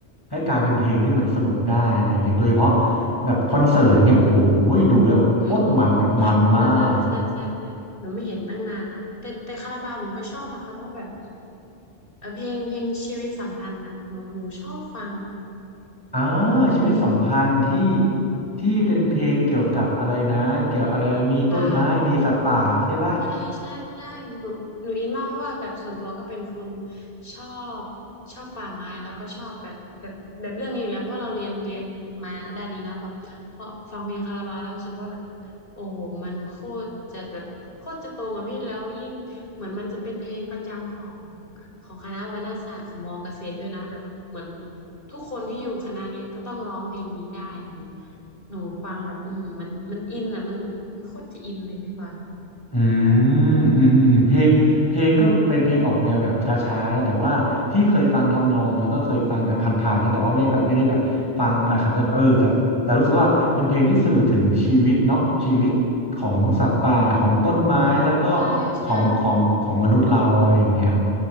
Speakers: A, on the left (about 20°); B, on the left (about 50°).
A: ให้กลายเป็นเพลงที่มันสนุกได้อะไรเงี้ยโดยเฉพาะแบบคอนเสิร์ตเงี้ยโอ้โหดูแล้วแบบโคตรมันแบบมันมาก
B: โอ้โหนานๆใช่ใช่ใช่หนูไม่เห็นตั้งนานนะแต่แต่คาราบาวหนูก็ชอบนะคะว่าแบบเออเพลงเพลงชีวิตสัมพันธ์นะหนูหนูชอบฟัง
A: อ่าชีวิตสัมพันธ์ที่ที่เป็นเพลงเกี่ยวกับอะไรนะเกี่ยวอะไรมีต้นไม้มีสัตว์ป่าใช่ปะ
B: ป่า ใช่ใช่ใช่หนูหนูอินมากเพราะว่าแบบส่วนตัวก็เป็นคนชอบชอบป่าไม้แล้วก็ชอบแบบแบบแบบเรื่องนี้อยู่แล้วเพราะเราเรียนเรียนมาด้านนี้นะแบบเพราะฟังเพลงคาราบาวแล้วรู้สึกว่าแบบโอ้โหมันโคตรจะแบบโคตรจะตรงอะพี่แล้วยิ่งเหมือนมันจะเป็นเพลงประจำของของคณะวรรณศาสตร์ของมอเกษตรด้วยนะแบบเหมือนทุกคนที่อยู่คณะเนี้ยก็ต้องร้องเพลงนี้ได้แบบเนี้ยหนูฟังแบบอือหือมันมันอินอะมันมันโคตรจะอินเลยพี่บอล
A: อืมอืมอืมเพลงเพลงก็เป็นเพลงออกแนวแบบช้าๆนะแต่ว่าพี่เคยฟังทำนองแล้วก็เคยฟังแบบผ่านๆนะแต่ว่าไม่แบบไม่ได้แบบฟังอะไรขนาดนั้นแบบเออแต่แต่รู้สึกว่าเป็นเพลงที่สื่อถึงชีวิตเนาะชีวิตของสัตว์ป่าของต้นไม้แล้วก็
B: ใช่ใช่
A: ของของของมนุษย์เราอะไรอย่างเงี้ย